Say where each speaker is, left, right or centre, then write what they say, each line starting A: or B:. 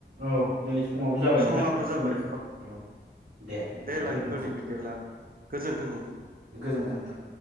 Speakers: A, on the right; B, on the right.
A: औ दिनै समाबो जाबाय
B: समाबो
A: नोंथां
B: जाबाय
A: दिनै औ दे नोंथां
B: लाखिथ'नि
A: दोनथ'नोसै
B: बिदिब्ला
A: औ औ
B: गोजोन्थों नोंथां
A: गोजोनथों नोंथां।